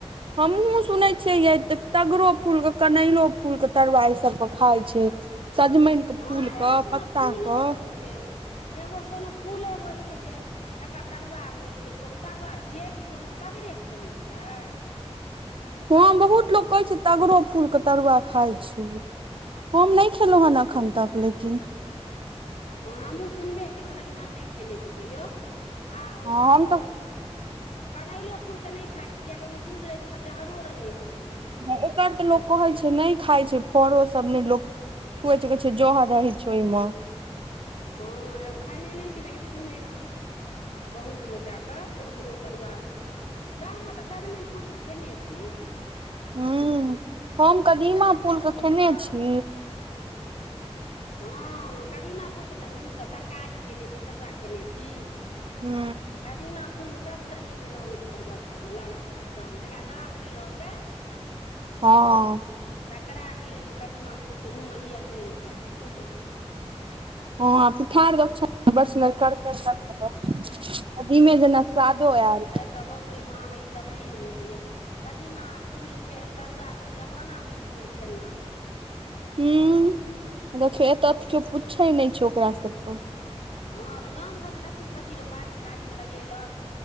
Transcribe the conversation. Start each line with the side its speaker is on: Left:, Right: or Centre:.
Right: हमहूँ सुनै छियै य तऽ तगरो फूलके कनैलो फूलके तरुआ ई सभके खाइ छै सजमैनके
Left: हँ
Right: फूल
Left: एगो
Right: कऽ
Left: कोनो
Right: पत्ता
Left: फूलो
Right: क
Left: होइ एगो कोनो फूलो होइ छै जे तकर तरुआ होइ छै कोन तगर छियै कि कोनो तगरेके कहै छियै।
Right: हँ बहुत लोक कहै छै तगरो फूल के तरुआ खाय छै हम ने खेलौ हन
Left: हँ
Right: एखन
Left: तऽ
Right: तक लेकिन
Left: हँ हमहूँ सुनबे केलूॅं लेकिन हम नै खेने छी कहियो ओ
Right: हँ
Left: हम ओ
Right: तऽ
Left: कनैलो फूल के नै खाइ छी कियाकि ओयमे दूध रहै छै तऽ जहरो रहै छै
Right: हॅं ओकर त
Left: तऽ
Right: लोक कहै छै नै खाय छै फरो सभ ने लोक छुए छै कहै छै जहर रहै छै ओयमे
Left: हँ हम खयने नै छी लेकिन सुनै छी। बहुत गोटा के जे ओकरो तरुआ होय छै। गाममे त सजमैन फूल के खेने छी
Right: हू हम कदीमा
Left: सजमनि
Right: फूल के
Left: फूलके
Right: खेने छी
Left: ह कदीमा फूलके तऽ हमहूँसभ तरकारी खेने छी तरुआ खेने छी
Right: हू
Left: कदीमा फूल सभसँ नीक लगै छै तरुआ खाय मे लरम एकदम जकरा दाँत नै रहतै <inaudible>
Right: हँ।
Left: तकरा क लेल ओ कदीमा फूल छै मूॅंह मे लिआ गइल जायत
Right: हँ आ पीठार दोके छै बड़ सुनर करकर तरूआ रहै छै कदीमे जेना स्वादो आयल।
Left: त बम्बई मे अहाँकेँ ई सभ नै न भेटैया कदीमा फूलखे तरुआ त जमाना बीत गेल खेना
Right: उ देखियौ एत तऽ केओ पूछे नै छै ओकरा सभके
Left: ह तऽ गाम घरमे लत्ती फत्ती लोक बाड़ी झाड़ी मे लगेलक